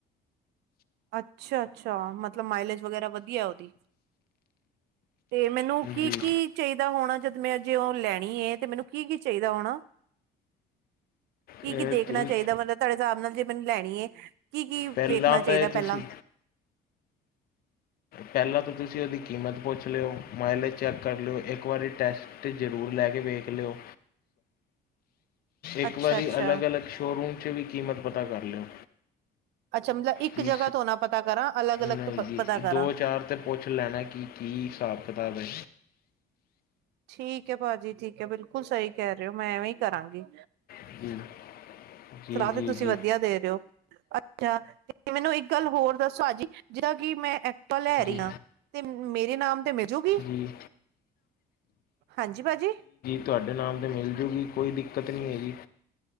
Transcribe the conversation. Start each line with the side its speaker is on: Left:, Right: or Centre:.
Right: ਅੱਛਾ-ਅੱਛਾ, ਮਤਲਬ ਮਾਈਲੇਜ, ਵਗੈਰਾ ਵਧੀਆ ਉਹਦੀ। ਤੇ, ਮੈਨੂੰ ਕੀ
Left: ਜੀ
Right: -ਕੀ ਚਾਹੀਦਾ ਹੋਣਾ, ਜਦ ਮੈ ਜੇ ਉਹ ਲੈਣੀ ਏ, ਤੇ ਮੈਂਨੂੰ ਕੀ -ਕੀ ਚਾਹੀਦਾ ਹੋਣਾ? ਕੀ
Left: ਇਹ
Right: -ਕੀ ਦੇਖਣਾ
Left: ਤੁ
Right: ਚਾਹੀਦਾ, ਮਤਲਬ ਤੁਹਾਡੇ ਹਿਸਾਬ ਨਾਲ ਜੇ ਮੈਨੂੰ ਲੈਣੀ ਏ, ਕੀ ਕੀ
Left: ਪਹਿਲਾਂ
Right: ਵੇਖਣਾ ਚਾਹੀਦਾ?
Left: ਤਾਂ ਇਹ ਤੁਸੀਂ
Right: ਪਹਿਲਾਂ
Left: ਪਹਿਲਾਂ ਤਾਂ, ਤੁਸੀਂ ਉਹਦੀ ਕੀਮਤ ਪੁੱਛ ਲਿਓ। ਮਾਈਲੇਜ ਚੈੱਕ ਕਰ ਲਿਓ। ਇੱਕ ਵਾਰੀ ਟੈਸਟ ਜ਼ਰੂਰ ਲੈ ਕੇ ਵੇਖ ਲਿਓ।
Right: ਅੱਛਾ-ਅੱਛਾ
Left: ਇੱਕ ਵਾਰੀ ਅਲੱਗ
Right: ਅੱਛਾ
Left: -ਅਲੱਗ ਸ਼ੋਅਰੂਮ ਚ, ਵੀ ਕੀਮਤ ਪਤਾ ਕਰ ਲਿਓ।
Right: ਅੱਛਾ, ਮਤਲਬ ਇੱਕ
Left: ਕੀ
Right: ਜਗ੍ਹਾ ਤੋਂ ਨਾ ਪਤਾ ਕਰਾਂ ਅਲੱਗ- ਅਲੱਗ
Left: ਨਹੀਂ
Right: ਤੋਂ ਪਤਾ ਕਰਾਂ
Left: ਦੋ- ਚਾਰ ਤੇ ਪੁੱਛ ਲੈਣਾ ਕਿ, ਕੀ ਹਿਸਾਬ- ਕਿਤਾਬ ਏ?
Right: ਠੀਕ ਐ, ਭਾਜੀ ਠੀਕ ਐ, ਬਿਲਕੁਲ ਸਹੀ ਕਹਿ ਰਹੇ ਹੋ, ਮੈਂ ਐਵੇਂ ਹੀ ਕਰਾਂਗੀ।
Left: <inaudible> ਜੀ
Right: ਸਲਾਹ
Left: ਜੀ
Right: ਤੇ,
Left: ਜੀ
Right: ਤੁਸੀਂ
Left: ਜੀ
Right: ਵਧੀਆ ਦੇ ਰਹੇ ਔ। ਅੱਛਾ ਤੇ, ਮੈਨੂੰ ਇੱਕ ਗੱਲ ਹੋਰ ਦੱਸੋ, ਭਾਜੀ ਜਿਹੜਾ ਕਿ ਮੈਂ ਐਕਟਿਵਾ ਲੈ ਰਹੀ
Left: ਜੀ
Right: ਆ, ਤੇ ਮੇਰੇ ਨਾਮ ਤੇ ਮਿਲਜੂਗੀ?
Left: ਜੀ
Right: ਹਾਂਜੀ, ਭਾਅ ਜੀ।
Left: ਤੁਹਾਡੇ ਨਾਮ ਤੇ, ਮਿਲ ਜੂਗੀ ਕੋਈ ਦਿੱਕਤ ਨਹੀਂ ਹੈਗੀ।